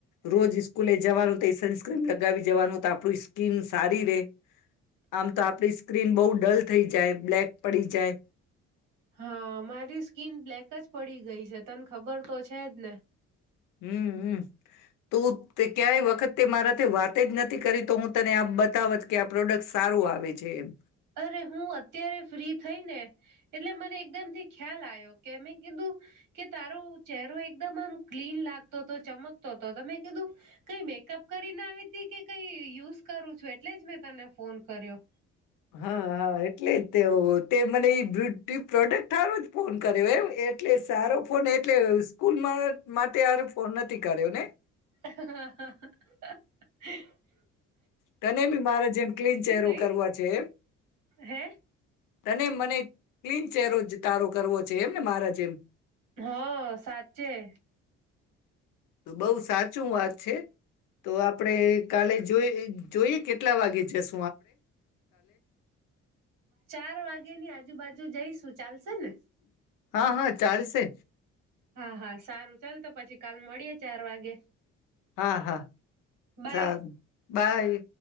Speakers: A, on the left (about 75°); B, on the right (about 70°).
A: રોજ સ્કૂલે જવાનું તે સુણસ્ક્રીન લગાવી જવાનું તો આપું સ્કીિન સારી રે આમ તો આપણી સ્કીિન બહુ ડલ થઈ જાય બ્લેક પડી જાય
B: હા મારી સ્કીિન બ્લેક જ પડી ગઈ છે તને ખબર તો છે જ ને
A: હમ હમ તો તે ક્યાય વખત તે મારાથી વાર્ ત જ નથી કરી તો હું તને આમ બતાવત કે આ પ્રોડક્ટ સારું આવે જ એમ
B: અરે હું અત્યારે ફ્રી થઈ ને એટલે મને એકદમ થી ખ્યાલ આવ્યો કે મે કીધું કે તારો ચહેરો એકદમ આમ ક્લીન લાગતો હતો ચમકતો હતો તમે કીધું કઈ મેકઅપ કરીને આવી ત કે કઈ યુઝ કરું છું એટલે જ મેં તને ફોન કર્યો
A: હા હા એટલે જ તે તે મને એ બ્યુટ પ્રોડક્ટ સારો જ ફોન કર્યો એમ એટલે સારો ફોન એટલે સ્કૂલમાં માટે હરે ફોન નથી કર્યો ને <inaudible>
B: હા હ <unintelligible>
A: તને બી મારે જેમ ક્લીન ચેરો
B: કઈ
A: કરવા છે
B: હે
A: તને મને ક્લીન ચહેરો જ તારો <unintelligible> કરવો છે એમ ને મારા જેમ
B: હ સાચૂ
A: બઉુ સાચું વાત છે તો આપડે કાલેજ જોઈ જોઈ કેટલા વાગે જસ
B: ચાર વાગે ની આજુબાજુ જઈશું ચાલશે ને
A: હા હા ચાલશે
B: હા હા સારું ચાલ તો પછી કાલ મળીયે ચાર વાગે
A: હા હા
B: બાય
A: ચાલ બાય.